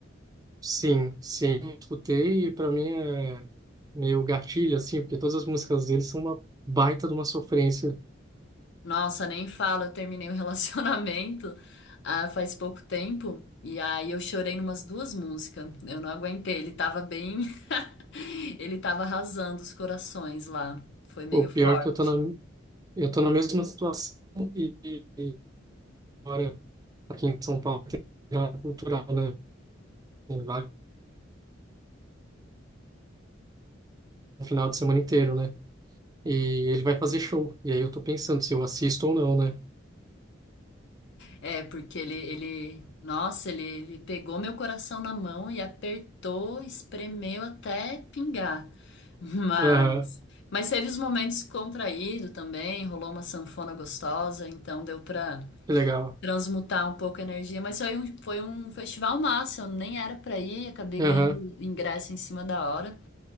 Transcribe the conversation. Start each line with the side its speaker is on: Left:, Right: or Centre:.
Right: Sim, sim. Escutei e para mim é meio gatilho, assim, porque todas as músicas deles são uma baita de uma sofrência.
Left: Nossa, nem falo, eu terminei um <laughs> relacionamento ah, faz pouco tempo, e aí eu chorei numas duas músicas. Eu não aguentei, ele tava bem. <laughs> Ele tava arrasando os corações lá. Foi meio
Right: O
Left: forte.
Right: pior é que eu tô na, eu tô na mesma situação e... e- agora aqui em São Paulo tem virada cultural, né? Tem vários no final de semana inteiro, né? E ele vai fazer show. E aí eu tô pensando se eu assisto ou não, né?
Left: É, porque ele, ele, nossa, ele, ele pegou meu coração na mão e apertou, espremeu até pingar. <laughs> Mas,
Right: Aham,
Left: mas teve os momentos contraído também, rolou uma sanfona gostosa, então deu pra
Right: que legal.
Left: transmutar um pouco a energia. Mas foi um, foi um festival massa, eu nem era pra ir, acabei
Right: Aham,
Left: ganhando ingresso em cima da hora.